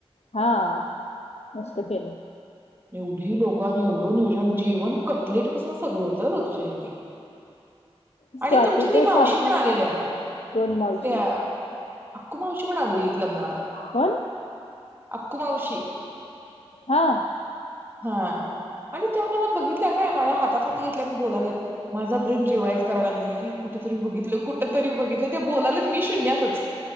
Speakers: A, on the left; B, on the right.
A: हा मस्त केले.
B: एवढी लोक आणि एवढं नियोजन जेवण कटलेट पासन सगळं होत ॠतुजा दिदी
A: स्वातीच्या
B: आणि तुमची ती मावशी
A: सासू
B: पण आलेल्या
A: कोण मावशी
B: त्या अक्कू मावशी पण आलेलीत लग्नाला.
A: कोण
B: अक्कू मावशी.
A: हा.
B: हा आणि त्या मला बघितल्या काय माझ्या हातात हात घेतल्या बोलालत माझा ब्रेन जीवयचा करायल्यात अरे कुठेतरी बघित कुठ तरी बघितलं ते बोलाल्यात मी शून्यातच